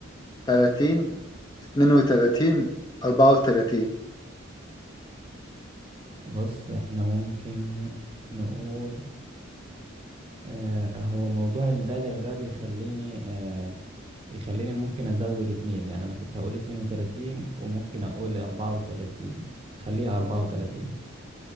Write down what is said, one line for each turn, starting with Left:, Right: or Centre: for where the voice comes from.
Left: تلاتين اتنين وتلاتين أربعة وتلاتين
Right: بص إحنا ممكن نقول آه هو موضوع البالغ ده بيخليني آه، يخليني ممكن ازود اتنين يعني انا كنت هقول اتنين وتلاتين وممكن اقول اربعة وتلاتين خليها اربعة وتلاتين